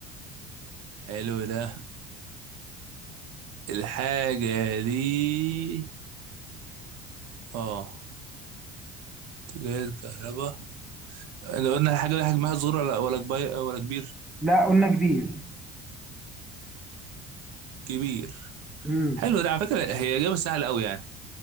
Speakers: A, on the right (about 45°); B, in the centre.
A: حلو ده الحاجة دي اه جهاز كهرباء احنا قلنا الحاجة دي حجمها صغير ولا ولا كبير ولا كبير
B: لا قلنا كبير
A: كبير
B: امم
A: حلو ده على فكره هي اجابه سهله قوي يعني